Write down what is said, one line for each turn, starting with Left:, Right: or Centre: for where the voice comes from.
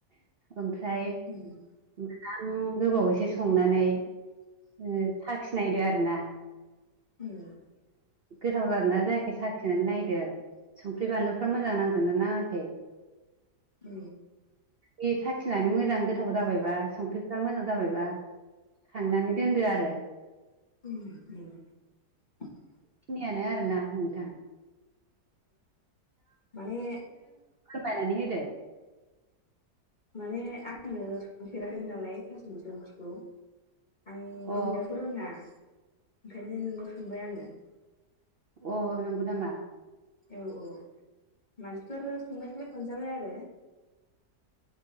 Right: ओमफ्राय
Left: उम औ
Right: जां गोबाव एसे संनानै ओ साखिनायदो आर ना।
Left: उम।
Right: गोथाव जादोंना जायाखै साखिनानै नायदो। संख्रि बानलुफ्रा मोजां नांदोंना नाङाखै।
Left: औ।
Right: बे साखिनानै मोजां गोथाव जाबायबा संख्रिफ्रा मोजां जाबायबा। खांनानै दोनदो आरो।
Left: <inaudible>
Right: यानो आरोना नोंथां।
Left: माने
Right: बायनानै होदो।
Left: माने आंनो संफेराखैमोन नालाय थास' बिस ओंख्रिखौ। आं
Right: अ
Left: रोंनायाथ' रोङा ओंखायनो नोंनाव सोंबाय आङो।
Right: अ नंगो नामा?
Left: औ औ मानसिफोर संनायखौलाय मोनजाबाय आरो